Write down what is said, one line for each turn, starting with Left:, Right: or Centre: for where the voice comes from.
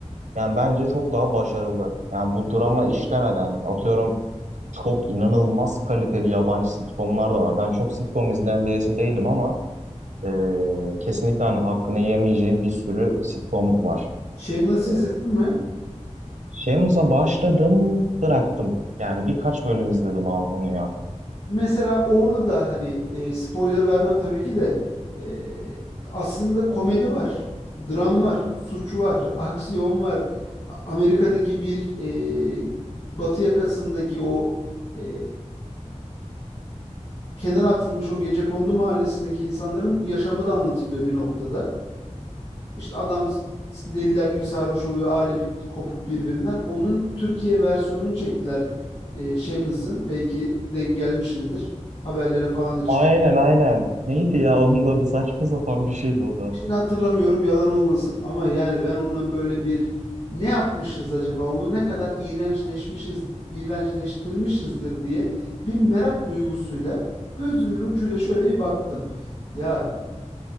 Right: yani bence çok daha başarılı. Yani bu drama işlemeden atıyorum çok inanılmaz kaliteli yabancı sitcomlar da var. Ben çok sitcom izleyen birisi değilim ama e, kesinlikle hani hakkını yemeyeceğim bir sürü sitcom var.
Left: Shameless izledin
Right: E,
Left: mi?
Right: Shameless'a başladım bıraktım. Yani birkaç bölüm izledim abi bunu ya.
Left: Mesela orada da hani e, spoiler vermem tabii ki de e, aslında komedi var, dram var, suç var, <laughs> aksiyon var. A- Amerika'daki bir e, batı yakasındaki o e, kenara atılmış o gecekondu mahallesindeki insanların yaşamı da anlatılıyor bir noktada. İşte adam deliler gibi sarhoş oluyor. Aile bir kopuk birbirinden. Onun Türkiye versiyonunu çektiler. E, Shameless'ın. Belki denk gelmişindir Haberlere falan da çıkmış.
Right: Aynen aynen. Neydi ya onun adı saçma sapan bir şeydi o da.
Left: Şimdi hatırlamıyorum yalan olmasın ama yani ben onunla böyle bir ne yapmışız acaba? Onu ne kadar iğrençleşmişiz, iğrençleştirmişizdir diye bir merak duygusuyla gözümün ucuyla şöyle bir baktım. Ya